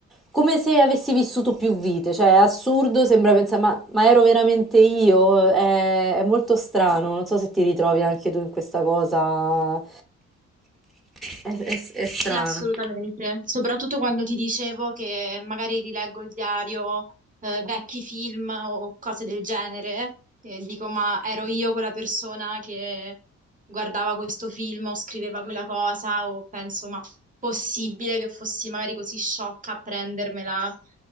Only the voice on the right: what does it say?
Sì, assolutamente, soprattutto quando ti dicevo che magari rileggo il diario, eh, vecchi film o cose del genere, e dico, ma ero io quella persona che guardava questo film o scriveva quella cosa, o penso, ma possibile che fossi magari così sciocca a prendermela,